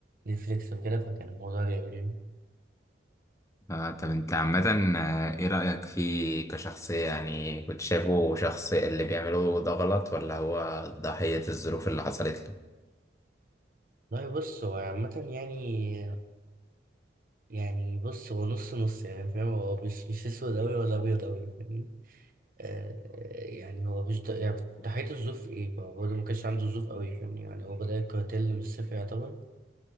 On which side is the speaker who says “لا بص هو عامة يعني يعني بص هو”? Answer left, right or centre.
Right